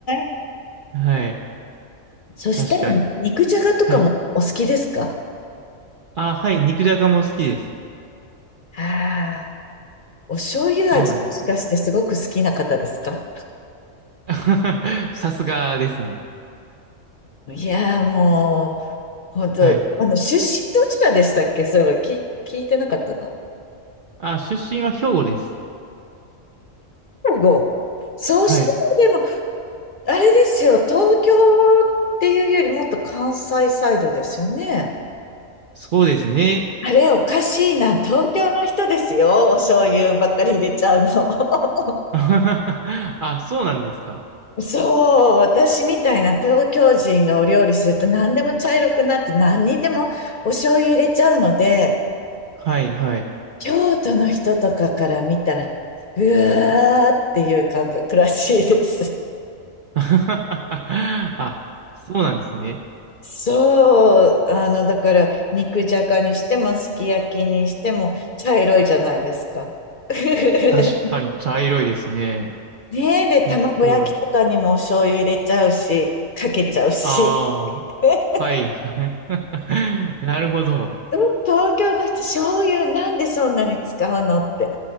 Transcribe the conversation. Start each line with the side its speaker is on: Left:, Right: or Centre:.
Left: え。
Right: <laughs> はい。
Left: そしたら、
Right: 確かに。
Left: 肉じゃがとかもお好きですか
Right: はい。あー、はい、肉じゃがも好きです。
Left: ああー、お醤油味もしかしてすごく好きな方ですか
Right: そうなんですよ。<laughs> さすがですね。
Left: いやーもう、本当、
Right: はい。
Left: あの、出身どちらでしたっけそういえば、き、聞いてなかったな。
Right: あー、出身は兵庫です。
Left: 兵庫。そうしても、
Right: はい。
Left: でも、あれですよ、東京っていうよりもっと関西サイドですよね。
Right: そうですね。
Left: あれ、おかしいな。東京の人ですよ。お醤油ばっかり入れちゃうの。<laughs>
Right: <laughs> あ、そうなんですか。
Left: そう、私みたいな東京人がお料理すると何でも茶色くなって何にでもお醤油入れちゃうので、
Right: はい、はい。
Left: 京都の人とかから見たら、うわーっていう感覚らしいです。
Right: <laughs> あ、そうなんですね。
Left: そう、あの、だから、肉じゃがにしても、すき焼きにしても、茶色いじゃないですか。<laughs>
Right: 確かに茶色いですね。
Left: ねえ、で、卵焼きとかにもお醤油入れちゃうし、
Right: 本当だ。
Left: かけちゃうし。
Right: ああ、
Left: <laughs>
Right: はい、<laughs> はい。<laughs> なるほど。
Left: うん、東京の人、醤油なんでそんなに使うのって。